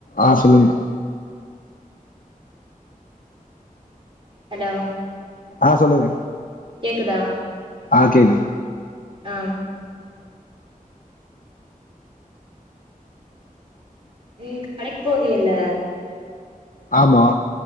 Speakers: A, on the left; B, on the right.
A: ஆ சொல்லுங்கா
B: ஹலோ
A: ஆ சொல்லுங்க
B: கேக்குதா
A: ஆ கேக்கு
B: ஆ நீ கடைக் போவியல்ல
A: ஆமா